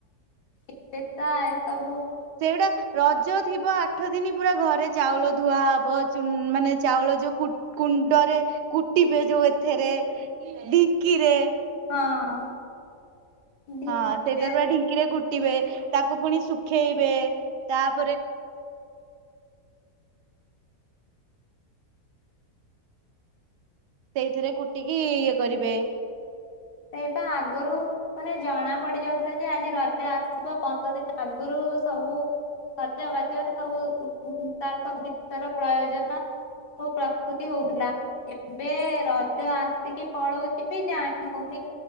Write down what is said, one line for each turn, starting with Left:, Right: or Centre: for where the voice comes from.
Left: ପେସା ଏସବୁ।
Right: ତା ରଜ ଥିବ ଆଠ ଆଠ ଦିନ ପୁରା ଘରେ ଚାଉଳ ଧୁଆ ହେବ। ଚୁନ ମାନେ ଚାଉଳ ଯେଉଁ କୁ-କୁଣ୍ଡରେ କୁଟିବେ ଯୋଉ ଏଥେରେ ଢଙ୍କିରେ।
Left: ହଁ। ଢିଙ୍କିରେ
Right: ହଁ ସେଇଥିରେ ପୁରା ଢିଙ୍କିରେ କୁଟିବେ। ତାକୁ ପୁଣି ଶୁଖେଇବେ। ତାପରେ ସେଇଥିରେ କୁଟିକି ଇଏ କରିବେ।
Left: ସେଇପା ଆଗରୁ ମାନେ ଜଣା ପଡି ଯାଉଥିଲା ଯେ ଆଜି ରଜ ଆସିବ। ପନ୍ଦର ଦିନ ଆଗରୁ ସବୁ ସତବାଜ ସବୁ ତା ଭିତରେ ପ୍ରୟୋଜନ ସବୁ ପ୍ରସ୍ତୁତି ହଉଥିଲା। ଏବେ ରଜ ଆସିକି ପଳଉଛି ବି ଜାଣି ହୋଉ ନି